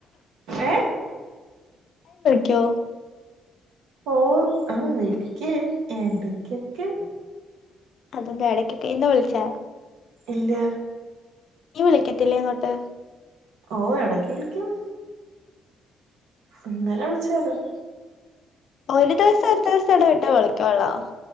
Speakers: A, on the right; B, on the left.
A: ഏ
B: ക്യു
A: ഓ ആ വിളിക്ക എടക്കടക്ക്
B: അതെന്താ എടയ്ക്കൊക്കെ എന്താ വിളിച്ചാ
A: ഇല്ല
B: നീ വിളിക്കത്തില്ലേ ഇങ്ങോട്ട്
A: ഓ എടക്ക് വിളിക്കും ഇന്നലെ വിളിചായിരുന്നു
B: ഒരു ദിവസം ഒരു ദിവസം ഇട വട്ടോ വിളിക്കള്ളോ